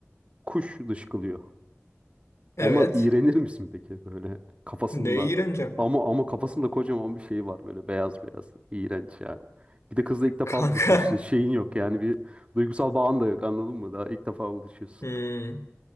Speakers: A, on the right; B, on the left.
A: kuş dışkılıyor. Ondan
B: Evet.
A: iğrenir misin peki böyle kafasında?
B: Neye iğreneceğim?
A: Ama ama kafasında kocaman bir şey var böyle beyaz beyaz iğrenç yani. Bir de kızla ilk defa
B: Kanka.
A: buluşmuşsun. Şeyin
B: <laughs>
A: yok yani bir duygusal bağın da yok anladın mı? Daha ilk defa buluşuyorsun.
B: Hmm.